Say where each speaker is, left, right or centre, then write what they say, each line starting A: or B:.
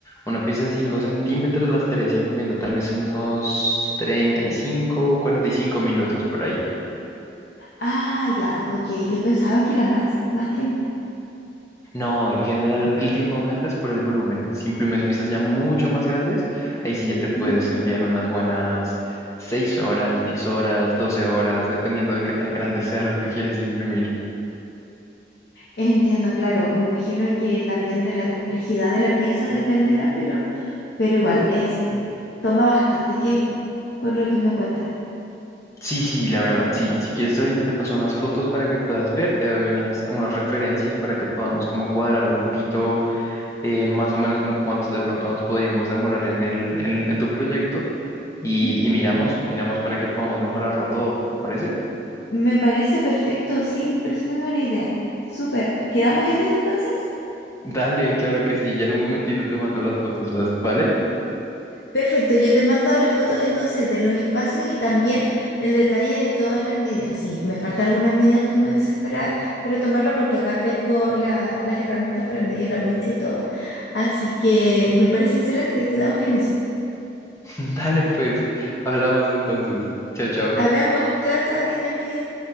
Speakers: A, on the left; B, on the left.
A: Una pieza de 5 centímetros la estaré imprimiendo tal vez en unos treinta y cinco, cuarenta y cinco minutos por ahí.
B: Ah, ya, ok. Yo pensaba que era más, más tiempo.
A: No, en general el tiempo aumenta es por el volumen. Si imprimes piezas ya mucho más grandes, ahí sí ya te puedes
B: Ujú.
A: enviar unas buenas 6 horas, 10 horas, 12 horas, dependiendo de qué tan grande <laughs> sea lo que quieres imprimir.
B: Entiendo, claro. Me imagino que también de la complejidad de la pieza dependerá, pero, pero igual, es, toma bastante tiempo, por lo que me cuentas.
A: Sí, sí, la verdad, sí. Si quieres, ahorita te paso unas fotos para que puedas ver, te doy unas, unas referencias para que podamos como cuadrar un poquito eh, más o menos como cuánto de pronto nos podríamos demorar en el, en, en tu proyecto y,
B: Ujú.
A: y miramos, miramos para que podamos mejorarlo todo, ¿te parece?
B: Me parece perfecto, sí, me parece muy buena idea. Súper. ¿Quedamos en eso entonces?
A: Dale, claro que sí, ya en un momentito te mando las fotos, ¿las- ¿vale?
B: Perfecto, yo te mando las fotos entonces de los espacios y también el detalle de todas las medidas. Si me falta alguna medida, tú me avisas para, para tomarla porque acá tengo la- las herramientas para medir la wincha y todo. Así que me parece excelente, quedamos en eso.
A: <laughs> Dale, pues, hablamos entonces. Chao, chao.
B: Hablamos, chao, chao, que estés muy bien.